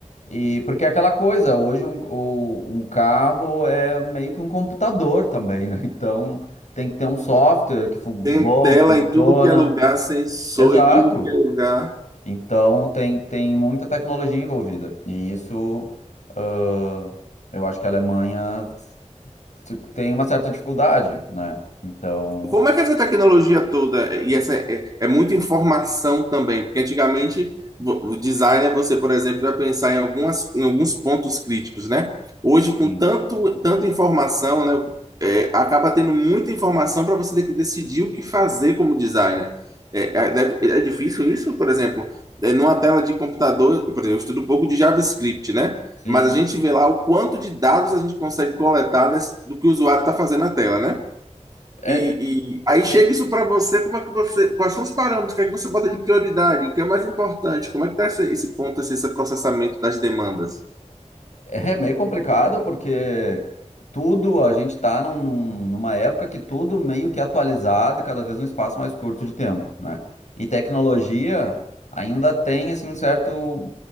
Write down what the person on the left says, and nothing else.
e porque é aquela coisa, hoje um, o- um carro é meio que um computador também, né? <laughs> Então, tem que ter um software que fun-
bom,
que funciona.
Exato.
Então, tem, tem muita tecnologia envolvida. E isso, ah, eu acho que a Alemanha tipo, tem uma certa dificuldade, né? Então,
sim.
Sim.
É,
difícil.
É meio complicado porque tudo, a gente tá num- num- numa época que tudo meio que é atualizado e cada vez um espaço mais curto de tempo, né? E tecnologia ainda tem, assim, um certo,